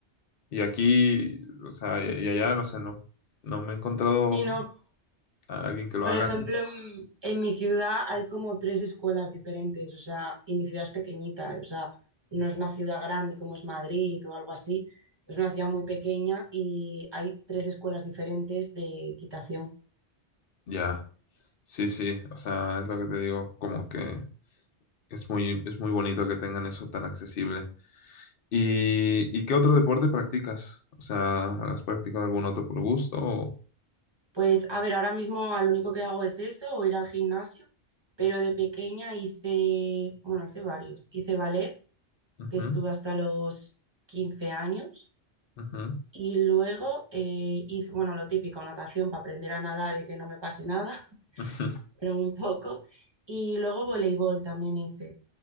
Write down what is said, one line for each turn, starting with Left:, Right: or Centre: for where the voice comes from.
Left: Y aquí, o sea, y y allá, o sea, no, no me he encontrado
Right: sí, no.
Left: a alguien que lo
Right: Por
Left: haga
Right: ejemplo,
Left: así.
Right: en, en mi ciudad hay como tres escuelas diferentes, o sea, y mi ciudad es pequeñita, o sea, no es una ciudad grande como es Madrid o algo así, es una ciudad muy pequeña y hay tres escuelas diferentes de equitación.
Left: Ya. Sí, sí, o sea, es lo que te digo, como que es muy, es muy bonito que tengan eso tan accesible. ¿Y, y qué otro deporte practicas? O sea, ¿has practicado algún otro por gusto? o-
Right: Pues a ver, ahora mismo lo único que hago es eso o ir al gimnasio, pero de pequeña hice, bueno, hice varios, hice ballet
Left: Ujú,
Right: que estuve hasta los 15 años.
Left: ujú,
Right: Y luego eh, hice, bueno, lo típico, natación para aprender a nadar y que no me pase nada, <laughs>
Left: <laughs> ujú.
Right: pero muy poco. Y luego voleibol también hice